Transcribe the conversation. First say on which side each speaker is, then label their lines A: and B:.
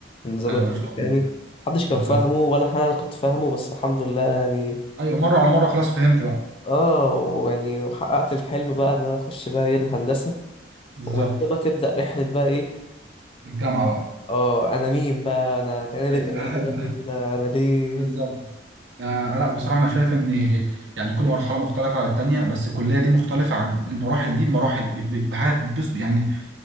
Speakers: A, on the left; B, on the right.
A: النظام
B: ايوه
A: الأمريكاني
B: ما شاء الله
A: محدش كان
B: بالظبط
A: فاهمه ولا أنا أنا كنت فاهمه بس الحمد لله يعني
B: ايوه مره على مره خلاص فهمت بقى
A: اه ويعني وحققت الحلم بقى ان انا اخش بقى ايه الهندسة
B: بالظبط
A: ومن هنا بقى تبدأ رحلة بقى ايه
B: الجامعه بقى
A: اه انا مين بقى انا انا اللي
B: أيوة.
A: أنا اللي جابني
B: <laughs>
A: هنا انا ليه
B: بالظبط آه لا بصراحه انا شايف ان يعني كل مرحله مختلفه عن التانيه بس الكليه دي مختلفه عن المراحل دي بمراحل ب- ب- بحاجه بس يعني